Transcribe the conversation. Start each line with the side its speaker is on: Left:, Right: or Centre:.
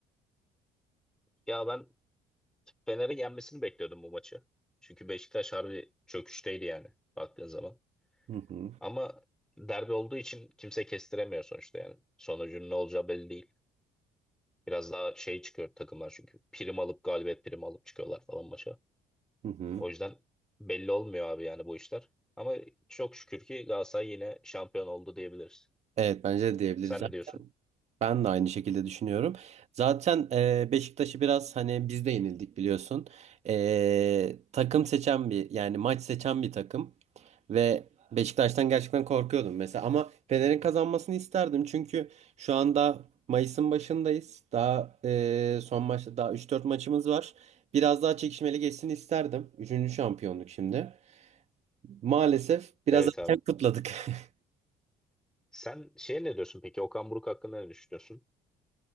Centre: Ya ben Fener'in yenmesini bekliyordum bu maçı. Çünkü Beşiktaş harbi çöküşteydi yani baktığın zaman.
Right: Hı hı.
Centre: Ama derbi olduğu için kimse kestiremiyor sonuçta yani. Sonucun ne olacağı belli değil. Biraz daha şey çıkıyor takımlar çünkü. Prim alıp galibiyet primi alıp çıkıyorlar falan maça.
Right: Hı hı.
Centre: O yüzden belli olmuyor abi yani bu işler. Ama çok şükür ki Galatasaray yine şampiyon oldu diyebiliriz.
Right: Evet bence de diyebiliriz.
Centre: Sen
Right: Zaten
Centre: ne diyorsun?
Right: ben de aynı şekilde düşünüyorum. Zaten e, Beşiktaş'ı biraz hani biz de yenildik biliyorsun. E, takım seçen bir yani maç seçen bir takım ve Beşiktaş'tan gerçekten korkuyordum mesela ama Fener'in kazanmasını isterdim çünkü şu anda Mayıs'ın başındayız. Daha e, son maçta daha üç dört maçımız var. Biraz daha çekişmeli geçsin isterdim. Üçüncü şampiyonluk şimdi. Maalesef biraz
Centre: Evet
Right: erken
Centre: abi.
Right: kutladık. <laughs>
Centre: Sen şey ne diyorsun peki? Okan Buruk hakkında ne düşünüyorsun?